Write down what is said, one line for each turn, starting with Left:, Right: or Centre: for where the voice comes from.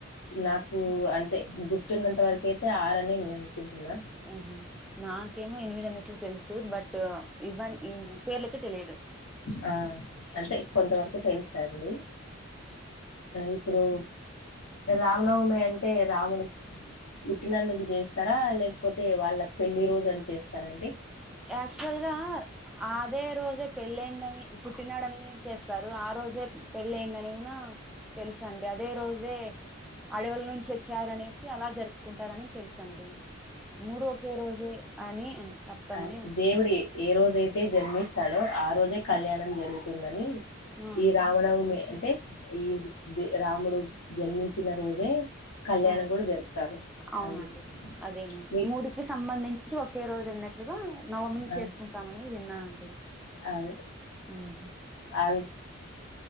Left: నాకు అంటే గుర్తున్నంత వరక అయితే ఆరు అనే నేను ఉంటుందా
Centre: ఉహు నాకేమో ఎనిమిది అన్నట్లు తెలుసు బట్ ఇవన్ ఈ పేర్లైతే తెలియదు
Left: ఆ అంటే కొంతవరకు తెలుసండి ఇప్పుడు రామనవమి అంటే రాముడు పుట్టినందుకు చేస్తారా లేకపోతే వాళ్ళ పెళ్లి రోజు అని చేస్తారండి
Centre: యాక్చువల్ గా అదే రోజే పెళ్ళయిందని పుట్టినాడని చేస్తారు ఆ రోజే పెళ్యిందని కూడా తెలుసండి అదే రోజే అడవుల నుంచి వచ్చారనేసి అలా జరుపుకుంటారని తెలుసండి మూడు ఒకే రోజే అని అని అర్థం
Left: అ
Centre: అని
Left: దేవుడి ఏ రోజయితే జన్మిస్తాడో ఆ రోజే కళ్యాణం జరుగుతుందని
Centre: ఆ
Left: ఈ రామనవమి అంటే ఈ రాముడు జన్మించిన రోజే కళ్యాణం
Centre: ఆ
Left: కూడా జరుపుతారు
Centre: అవునండి
Left: అందుకు
Centre: అదేలెండి
Left: మీ
Centre: మూడికి సంబంధించి ఒకే రోజు అన్న ట్టు గా నవమిని
Left: ఆ-
Centre: చేసుకుంటాం అనేది విన్నానండి.
Left: అదే
Centre: మ్
Left: ఆ